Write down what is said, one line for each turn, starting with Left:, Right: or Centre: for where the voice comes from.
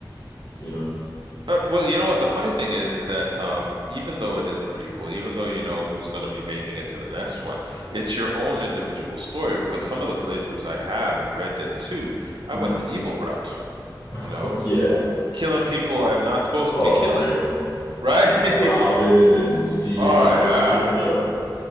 Left: you know?
Right: Uh, well, you know what? The funny thing is, is that um, even though it is a prequel, even though you know who's going to be making it to the next one, it's your own individual story because some of the playthroughs I have in Red Dead 2, I
Left: hmm
Right: went the evil route,
Left: <laughs>
Right: you know,
Left: Oh, yeah.
Right: killing people I'm not supposed
Left: Oh,
Right: to be killing,
Left: man.
Right: right?
Left: Robbing
Right: <laughs>
Left: and stealing
Right: Oh,
Left: all
Right: yeah.
Left: you can. Yep.